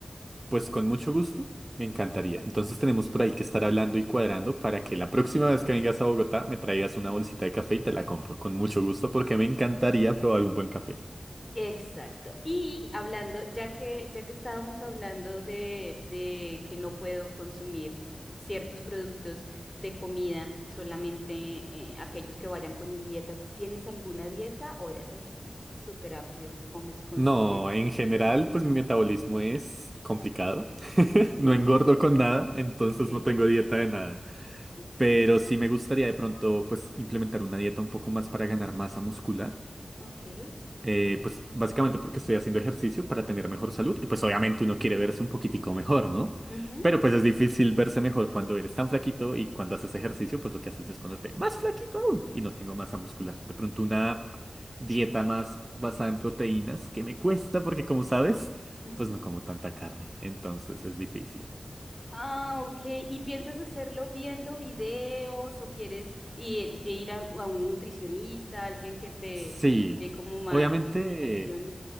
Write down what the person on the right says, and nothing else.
Pues con mucho gusto, me encantaría. Entonces tenemos por ahí que estar hablando y cuadrando para que la próxima vez que vengas a Bogotá me traigas una bolsita de café y te la compro. Con mucho gusto porque me encantaría probar un buen café.
No, en general,
pues mi metabolismo es complicado. <laughs>
No engordo con nada, entonces
no tengo dieta de nada.
Pero sí me gustaría de pronto pues implementar una dieta un poco más para ganar masa muscular.
Eh, pues básicamente porque estoy haciendo ejercicio para tener mejor salud y pues obviamente uno quiere verse un poquitico mejor, ¿no?
Pero pues es difícil verse mejor cuando eres tan flaquito y cuando haces ejercicio pues lo que haces es ponerte más flaquito aún y no tengo masa muscular. De pronto una dieta más basada en proteínas que me cuesta porque como sabes
pues no como tanta carne, entonces es difícil.
Sí,
obviamente...